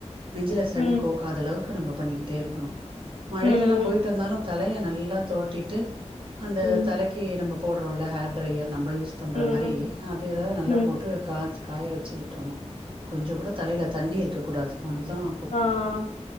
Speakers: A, on the right (about 45°); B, on the left (about 65°).
A: நெஞ்சில சளி
B: ம்
A: கோக்காத அளவுக்கு நம்ப பண்ணிக்கிட்டே இருக்கணும் மழையில
B: ம்
A: எல்லாம் போயிட்டு வந்தாலும் தலைய நல்லா தொவட்டிட்டு அந்த
B: ம்
A: தலைக்கு நம்ப போட்றோம் ல ஹேர் ட்ரையர் நம்ம யூஸ் பண்ற
B: ம்
A: மாரி அது ஏதாவது நல்லா
B: ம்
A: போட்டு காஞ் காய வச்சு விட்டுரணும் கொஞ்சம் கூட தலையில தண்ணி இருக்க கூடாது அதுதான்
B: ஆஹ்